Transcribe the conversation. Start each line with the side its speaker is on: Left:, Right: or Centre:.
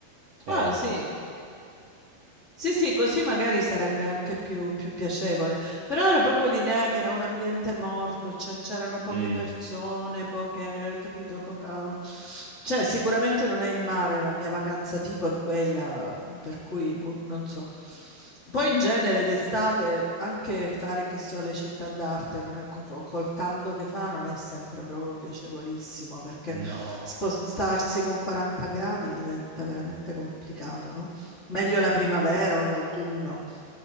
Right: eh,
Left: Ah, sì, Sì, sì, così magari sarebbe anche più, più piacevole, però era proprio l'idea che era un ambiente morto, cioè c'erano poche
Right: Mm.
Left: persone, poche, capito, poca... Cioè sicuramente non è il mare, la mia vacanza tipo è quella, per cui boh, non so. Poi in genere d'estate anche fare che so le città d'arte, non è- co- co- col caldo che fa non è sempre proprio piacevolissimo, perché
Right: No,
Left: spostarsi con 40 gradi diventa veramente complicato, no? Meglio la primavera o l'autunno.